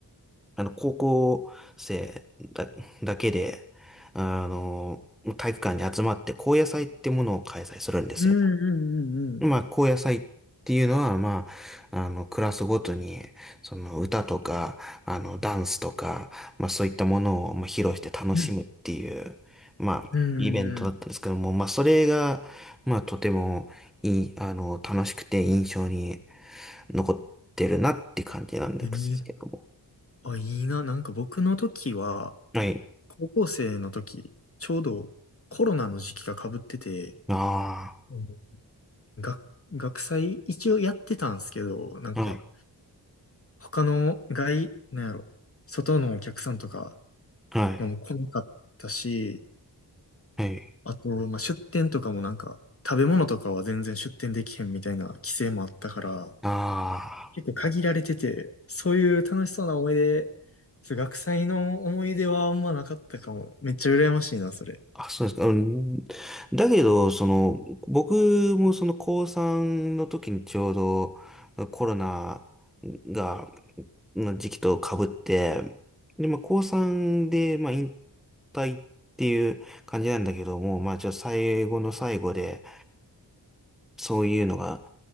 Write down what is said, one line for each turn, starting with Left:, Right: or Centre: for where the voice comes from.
Centre: あの、高校生だ、だけで、あの、体育館に集まって、高野祭ってものを開催するんですよ。
Left: うんうんうんうん。
Centre: まあ、高野祭っていうのは、まあ、あの、クラスごとに、その歌とか、あの、ダンスとか、まあ、そういったものを、まあ、披露して楽しむっていう、
Left: うん
Centre: まあ、
Left: うんうん
Centre: イベントだったんですけども、まあ、それが、まあ、とてもいい、あの、楽しくて印象に残ってるなって感じなんですけども。
Left: うん。ええあ、いいな。なんか僕の時は、
Centre: はい。
Left: 高校生の時、ちょうどコロナの時期が被ってて、
Centre: あ
Left: うん学、学祭一応やってたんですけど、なんか、
Centre: あ、はい、
Left: 他の外、なんやろ、外のお客さんとか、
Centre: はい、
Left: まあ、もう来なかったし、
Centre: はい、
Left: あと、まあ、出店とかもなんか、食べ物とかは全然出店できへんみたいな規制もあったから、
Centre: ああ。
Left: 結構限られてて、そういう楽しそうな思い出、そう学祭の思い出はあんまなかったかも。めっちゃ羨ましいな、それ。
Centre: あ、そうですか。うん、だけど、その、僕もその高3の時にちょうどコロナが、の時期と被って、で、まあ高3で、まあ引退っていう感じなんだけども、まあちょっと最後の最後で、そういうのが